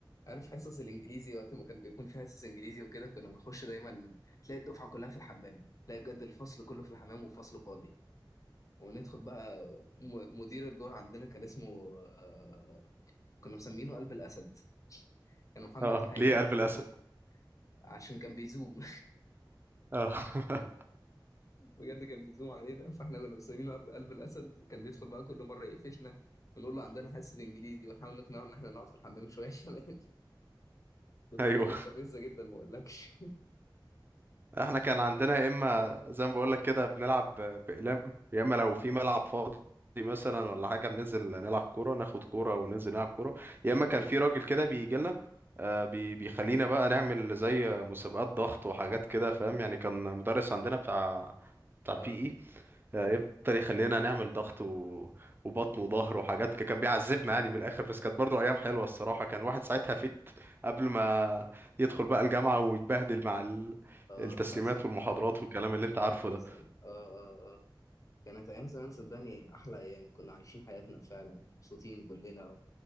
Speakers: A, on the left; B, on the right.
A: عارف حصص الانجليزي وقت ما كان بيكون في حصص انجليزي وكده كنا بنخش دايما تلاقي الدفعه كلها في الحمام تلاقي بجد الفصل كله في الحمام والفصل فاضي وندخل بقى م- مدير الدور عندنا كان اسمه آه، كنا مسمينه قلب الاسد كان محمد
B: اه
A: حاجه
B: ليه قلب الاسد
A: بس عشان كان بيزوم
B: اه <laughs>
A: بجد كان بيزوم علينا فاحنا كنا مسمينه قلب قلب الاسد كان بيدخل بقى كل مره يقفشنا ونقول له عندنا حصه انجليزي ونحاول نقنعه ان احنا نقعد في الحمام شويه كمان <laughs> بطريقه
B: ايوه
A: مستفزه جدا ما اقولكش
B: احنا كان عندنا يا اما زي ما بقول لك كده بنلعب ب- باقلام يا اما لو في ملعب فاضي مثلا ولا حاجه بننزل نلعب كوره ناخد كوره وننزل نلعب كوره يا اما
A: اي
B: كان في راجل كده بيجي لنا آه، بي- بيخلينا بقى نعمل زي مسابقات ضغط وحاجات كده فاهم يعني كان مدرس عندنا بتاع بتاع
A: اه
B: بي يفضل يخلينا نعمل ضغط و... وبطن وظهر وحاجات ك- كان بيعذبنا يعني من الاخر بس كانت برضو ايام حلوه الصراحه كان الواحد ساعتها فت قبل ما يدخل بقى الجامعه ويتبهدل مع ال...
A: اه
B: التسليمات
A: حصل
B: والمحاضرات والكلام اللي انت عارفه ده
A: حصل اه اه اه كانت ايام زمان صدقني احلى ايام كنا عايشين حياتنا فعلا ومبسوطين كلنا